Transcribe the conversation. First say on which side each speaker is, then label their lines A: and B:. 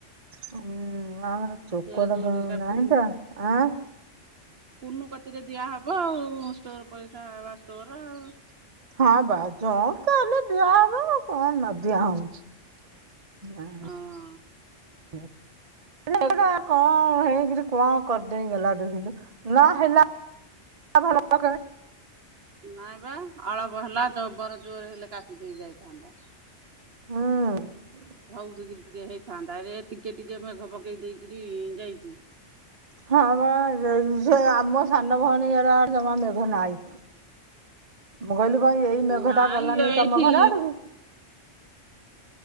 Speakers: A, on the right; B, on the right.
A: ହୁଁ ଆମର ଚୋକଡ଼
B: ଫେରେ ଦୌଡ଼ିଟା
A: ତ ନାହିଁ
B: କୁନୁ
A: ତ ଆଁ।
B: କୁନୁ କତିରେ ଦିଆହବ ଆଉ ଷ୍ଟୋର ପଇସା ବା ଷ୍ଟୋର ଆଉ।
A: ହଁ ବା ଯଉଠି ତ ହଲେ ଦିଆହବ ଆଉ କଣ ନଦିଆ ହଉଛି ହଁ।
B: ହଁ।
A: ହୁଁ ସେ ଲୋକଟା କଣ ହେଇକରି କଣ କରିଦେଇ ଗଲା ଦେଖିଲୁ ନ ହେଲା <unintelligible> ଘର ପାଖରେ।
B: ନା ବା ଅଳପ ହେଲା ଜବର ଜୋରେ ହେଲେ କାଚି ଦେଇ ଯାଇଥାନ୍ତା।
A: ହଁ।
B: ଭଉତି କିରି ଟିକେ ହେଇଥାନ୍ତା ରେ ଟିକେ ଟିକେ ମେଘ ପକେଇ ଦେଇକିରି ଯାଇଚି।
A: ହଁମ ସେଇ ସେ ଆମ ସାନ ଭଉଣୀର ଆଡ଼େ ଜମା ମେଘ ନାହିଁ। ମୁଁ କହିଲି କ ଏଇ ମେଘଟା
B: ନାଇଁ
A: ଗଲାନି
B: ଏଇଠି
A: ତମ ଘରାଡକୁ।